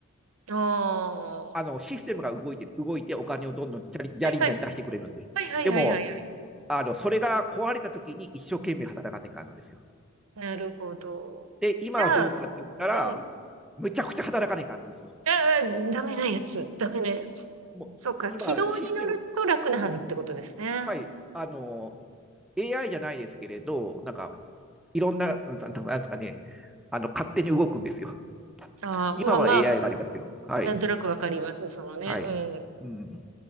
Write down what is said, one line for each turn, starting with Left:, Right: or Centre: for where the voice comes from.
Right: ああ、
Centre: あの、
Right: は
Centre: システムが動いてる、動いてお金をどんどんじゃりじゃりんじゃん出してくれるんで。
Right: いはいはいはいはいはいはいはい。
Centre: でも、あの、それが壊れたときに一生懸命働かないかんのですよ。
Right: なるほど。
Centre: で、今はどうかって言ったら、
Right: じゃあ、うん。
Centre: むちゃくちゃ働かないかんのですよ。
Right: ああ、ダメなやつ。ダメなやつ。
Centre: もう今、
Right: そうか。軌道に乗ると楽なはずってことですね。
Centre: システム、はい、あの、AI じゃないですけれど、なんか、いろんな、うんなんなんですかね、あの、勝手に動くんですよ。
Right: ああ、まあまあ、
Centre: 今は AI がありますけど、はい、
Right: なんとなくわかります。そのね。
Centre: はい。
Right: うん。
Centre: うん。